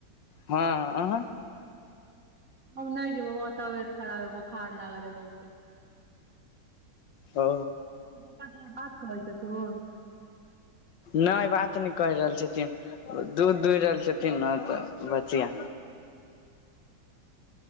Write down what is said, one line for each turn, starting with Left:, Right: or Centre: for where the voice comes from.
Left: हँ आहा
Right: हम नहि जेबै वं तबियत खराब हे बोखार लागल हे बहुत
Left: ओ
Right: पप्पा बात कहै छ तन
Left: नहि बात नहि कहि रहल छथिन उ दूध दूह रहल छथिन ना। त बचिया